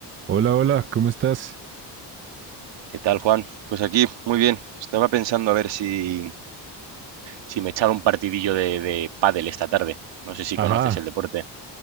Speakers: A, on the right (about 30°); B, on the right (about 85°).
A: Hola, hola, ¿cómo estás?
B: ¿Qué tal, Juan? Pues aquí, muy bien. Estaba pensando a ver si, si me echaba un partidillo de, de pádel esta tarde. No sé si
A: Ajá.
B: conoces el deporte.